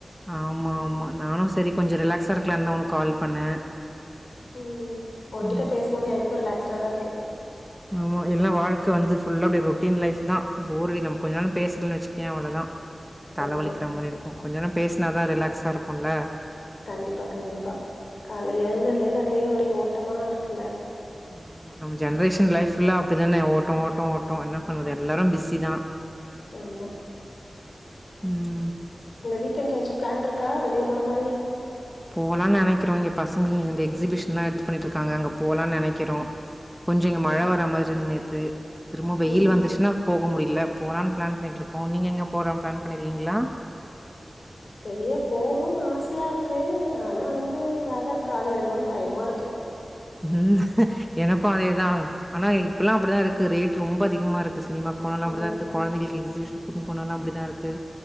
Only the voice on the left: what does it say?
உம் உன்கிட்ட
பேசுனது எனக்கும் ரிலாக்ஸ்டா தான் இருக்கு
ஆமா
கண்டிப்பா கண்டிப்பா காலை எழுந்ததுலே இருந்து அப்டியே ஒரே ஓட்டமா இருக்குல்ல
ஆமா
இந்த வீக் எண்க்கு எதாச்சு பிளான் இருக்கா வெளிய போற மாதிரி
ம்
ம்
வெளிய போணுன்னு ஆசையா இருக்கு ஆனா வந்து வேல காலியாய்டுமோன்னு பயமா இருக்கு
ஆமா,